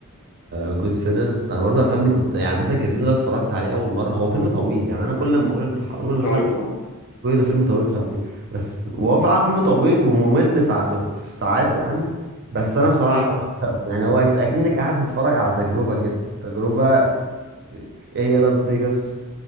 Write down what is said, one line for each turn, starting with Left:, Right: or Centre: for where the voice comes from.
Right: جود فيلز انا برضو الافلام دي كنت يعني مثلا كازينو ده اتفرجت عليه اول مره هو فيلم طويل يعني انا كل ما اقول لح- اقول لحد
Left: طويل آه
Right: يقول لي ده فيلم طويل مش عارف ايه بس هو فعلا فيلم طويل وممل ساع- في ساعات يعني بس انا بصراحه
Left: مم.
Right: بعشقه يعني هو اكنك قاعد بتتفرج على تجربه كده تجربه ايه هي لاس فيجاس